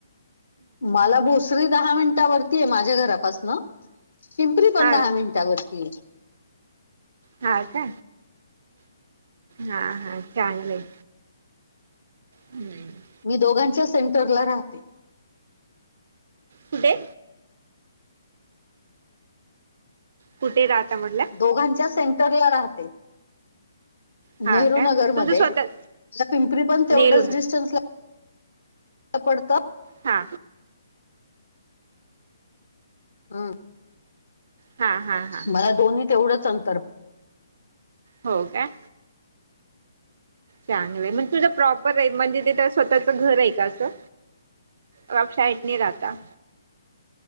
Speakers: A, on the left; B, on the right.
A: मला भोसरी दहा मिनिटावररती आहे माझ्या घरापासनं. पिंपरी पण
B: हा
A: दहा मिनिटावररतीये.
B: हा का? हा हा चांगलं आहे हम्म!
A: मी दोघांच्या सेंटरला राहते.
B: कुठे? कुठे राहता म्हटलं?
A: दोघांच्या सेंटरला राहते.
B: हा
A: नेहरू
B: का
A: नगरमध्ये
B: तुमचं स्वतः
A: म <unintelligible> पिंपरी पण
B: नेरून
A: तेवढच डीस्टन्स- पडत.
B: हा.
A: हम्,
B: हा हा हा
A: मला दोन्ही तेवढंच अंतर-
B: हो काय? चांगलं आहे, मग तुझा प्रॉपर- म्हणजे ते तिथ स्वतःच घर आहे का असं, बाप शाइटने <unintelligible> राहता?